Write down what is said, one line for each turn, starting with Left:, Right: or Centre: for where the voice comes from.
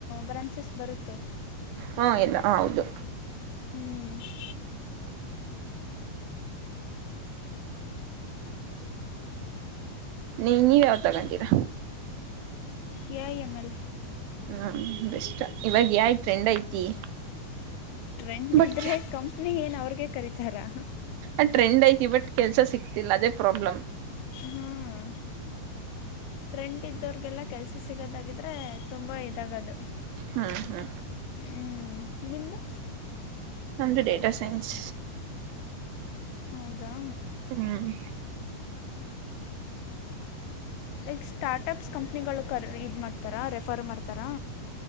Left: ಬ್ರಾಂಚಸ್ ಬರುತ್ತೆ.
Right: ಹಾ ಎಲ್ಲ ಹ ಹೌದು.
Left: ಹ್ಮ
Right: ನೀ ನೀ ಯಾವ್ದ್ ತಗತಿರ.
Left: ಎ ಐ ಎಂ ಎಲ್
Right: ಹ್ಞೂ ಬೆಸ್ಟ್ ಇವಾಗ ಯಾ ಟ್ರೆಂಡ್ ಐತಿ.
Left: ಟ್ರೆಂಡ್
Right: ಬಟ್
Left: ಇದ್ರೆ ಕಂಪ್ನಿ ಏನು ಅವ್ರಿಗೆ ಕರಿತರಾ.
Right: ಆ ಟ್ರೆಂಡ್ ಐತಿ ಬಟ್ ಕೆಲ್ಸ ಸಿಕ್ತಿಲ್ಲ ಅದೇ ಪ್ರಾಬ್ಲಮ್.
Left: ಹಾಂ ಟ್ರೆಂಡ್ ಇದ್ದೋರಿಗೆಲ್ಲ ಕೆಲಸ ಸಿಗೋದಾಗಿದ್ರೆ ತುಂಬಾ ಇದಾಗದು.
Right: ಹಾ ಹಾ
Left: ಹ್ಮ್ ನಿಮ್ದು.
Right: ನಮ್ಮದುು ಡೇಟಾ ಸೈನ್ಸ್.
Left: ಹೌದಾ.
Right: ಹ್ಮ್
Left: ಲೈಕ್ ಸ್ಟಾರ್ಟಪ್ಸ್ ಕಂಪ್ನಿಗಳು ಕರ್ ಇದು ಮಾಡ್ತಾರಾ ರೆಫರ್ ಮಾಡ್ತಾರಾ.